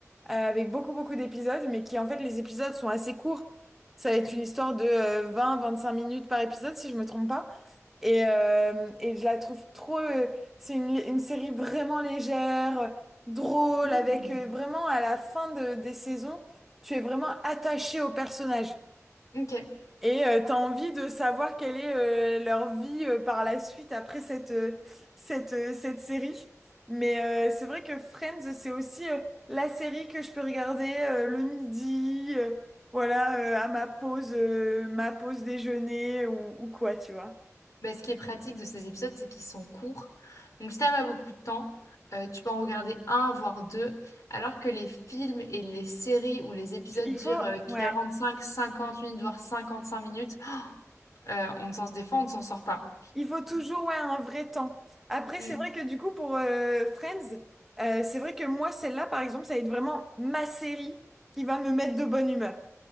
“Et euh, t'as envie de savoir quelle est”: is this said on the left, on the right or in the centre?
Centre